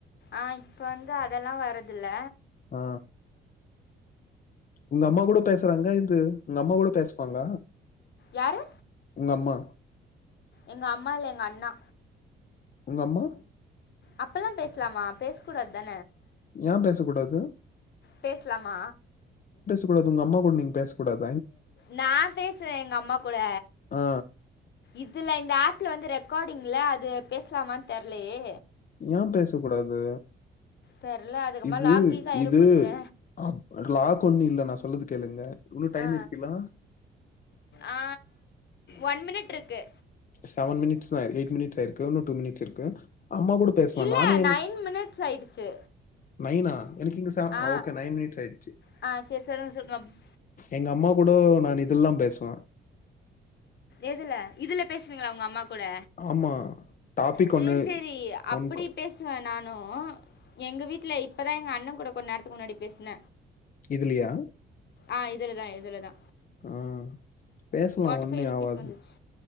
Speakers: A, on the left; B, on the left.
A: ஆ இப்ப வந்து அதெல்லா வரதுல்ல
B: ஆ உங்க அம்மா கூட பேசுறாங்க இது உங்க அம்மா கூட பேசுவாங்க
A: யாரு
B: உங்கம்மா
A: எங்க அம்மா இல்ல எங்க அண்ணா
B: உங்க அம்மா
A: அப்போல்லா பேசலாமா பேச கூடாதுல
B: ஏ பேச கூடாது அ
A: பேசலாமா
B: உங்ளது உங்க அம்மா கூட நீங்க பேச கூடாது
A: நா பேசுவே எங்க அம்மா கூட
B: ஆ
A: இதுல இந்த ஆப்ல வந்து ரெக் ரெக்கார்டிங்ல அது பேசலாமான்னு தெர்லையே
B: ஏ பேச கூடாது
A: தெர்ல அதுக்கப்புறமா
B: இது
A: லாக் கீக் ஆயிர
B: இது
A: போதுங்க
B: அ லாக்கு ஒண்ணு இல்ல நான் சொல்லதுக்கு கேளுங்க இன்னு டைம்
A: ஆ
B: இருக்குலா
A: ஆ ஒன் மினிட் இருக்கு
B: செவன் மினிட் தா எயிட் மினிட்ஸ் ஆ இருக்கு இன்னு டூ மினிட்ஸ் இருக்கு அம்மா கூட பேசலா
A: இல்ல
B: நானு
A: நைன் மினிட்ஸ் ஆயிடுச்சு
B: நய்னா எனக்குங்ககே சாப்
A: ஆ
B: ஓகே நைன் மினிட்ஸ் ஆயிச்சு
A: ஆ சேரி சொல்லுங்க சொல்லுங்க
B: எங்க அம்மா கூடு நா இதெல்லா பேசுவா
A: எதுல இதுல பேசுவீங்களா உங்க அம்மா கூட
B: ஆமா டாபிக்
A: சேரி
B: ஒன்னு
A: சேரி அப்டி
B: ஒன் கா
A: பேசுவே நானு எங்க வீட்டுல இப்பதா எங்க அண் அண்ண கூட கொஞ்ச நேரத்துக்கு முன்னாடி பேசின
B: இதுலியா
A: ஆ இதுலதா இதுலதா
B: ஆ பேசலா
A: ஃபார்ட்டி
B: ஒன்னே
A: ஃபைவ் ருபீஸ்
B: ஆவாது
A: வந்துச்சு